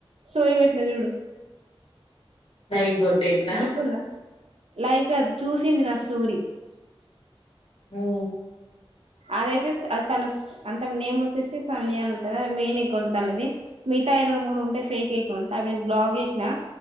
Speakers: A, on the right; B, on the left.
A: స్టోరీ పెట్టిన చూడు
B: లైక్ గొట్టిందా
A: గుర్తుందా లైక్ గాదు చూసింది నా స్టోరీ
B: ఆ
A: అదైతే తను అంటే నేమ్ వచ్చేసి సంధ్య అని ఉంటంది అది మెయిన్ ఎకౌంట్ తనది మీ ఉంటాయ్ రెండు మూడు ఉంటాయి ఫేక్ ఎకౌంట్ అవి నేన్ బ్లాక్ జేసినా